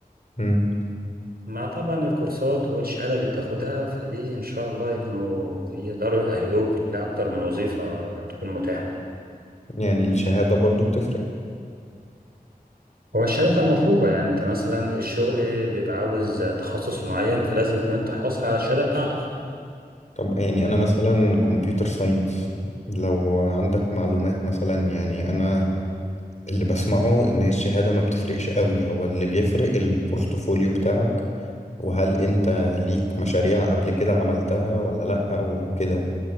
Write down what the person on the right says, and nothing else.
مع طبعا الكورسات والشهادة اللي بتاخدها فدي إن شاء الله يكونوا يقدروا يأهلوك لأكتر من وظيفة تكون متاحة
هو الشهادة بتبقى مطلوبة يعني أنت مثلا الشغل بيبقى عاوز تخصص معين فلازم تكون أنت حاصل على الشهادة بتاعتك